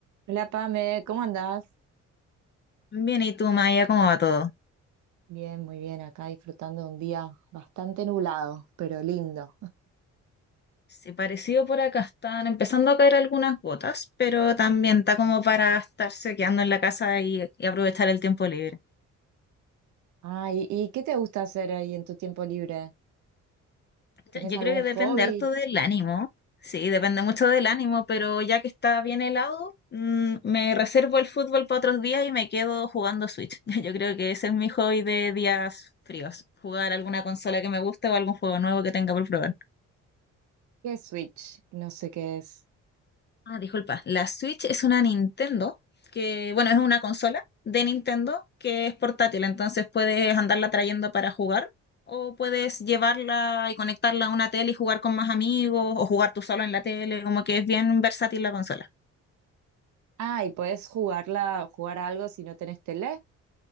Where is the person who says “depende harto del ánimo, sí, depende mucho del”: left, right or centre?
Left